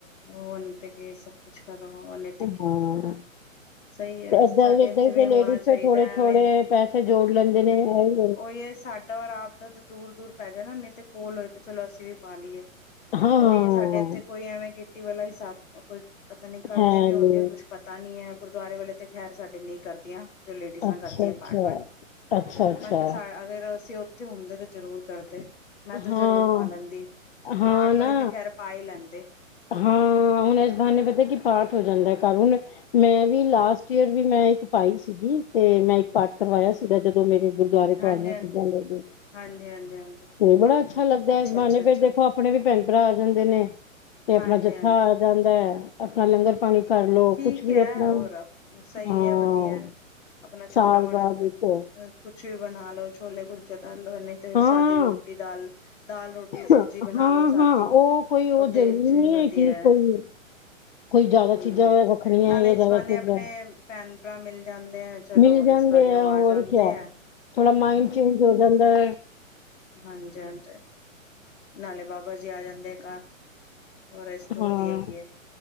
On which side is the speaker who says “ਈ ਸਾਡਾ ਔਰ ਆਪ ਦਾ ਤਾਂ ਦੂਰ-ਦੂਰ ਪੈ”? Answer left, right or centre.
Left